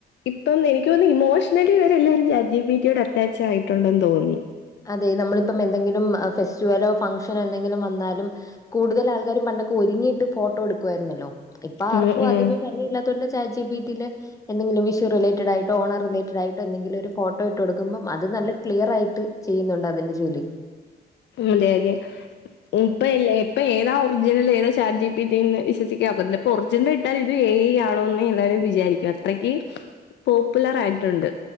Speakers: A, on the left; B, on the left.
A: ഇപ്പൊ എനിക്കത്തോന്നുന്നു ഇമോഷണലി ഇവരെല്ലാരും ചാറ്റ്ജിബിറ്റിയോട് അറ്റാച്ച് ആയിട്ടുണ്ടെന്ന് തോന്നുന്നു
B: അതെ നമ്മളിപ്പം എന്തെങ്കിലും ഫെസ്റ്റിവലോ ഫങ്ക്ഷനോ എന്തെങ്കിലും വന്നാലും കൂടുതൽ ആൾക്കാരും പണ്ടൊക്കെ ഒരുങ്ങിയിട്ട് ഫോട്ടോ എടുക്കുആയിരുന്നല്ലോ ഇപ്പൊ ആർക്കും
A: ഉം ഉം.
B: അതിന് സമയം ഇല്ലാത്തോണ്ട് ചാറ്റ്ജിബിറ്റിയിൽ എന്തെങ്കിലും വിഷു റിലേയേറ്റഡ് ആയിട്ടോ ഓണം റിലേറ്റഡ് ആയിട്ടോ എന്തെങ്കിലും ഒരു ഫോട്ടോ ഇട്ടുക്കൊടുക്കുമ്പോ അത് നല്ല ക്ലിയർയായിട്ട് ചെയ്യുന്നുണ്ട് അതിൻ്റെ ജോലി
A: അതെ അതെ ഉം ഇപ്പൊ ഇല്ലേ ഇപ്പൊ ഏതാ ഒറിജിനൽ ഏതാ ചാറ്റ് ജി പി ടി ന്ന് വിശ്വസിക്കാന് ഒക്കത്തില്ല ഒറിജിനൽ ഇട്ടാൽ ഇത് എ ഐ ആണോന്ന് എല്ലാരും വിചാരിക്കും അത്രക്ക് പോപ്പുലർ ആയിട്ടുണ്ട്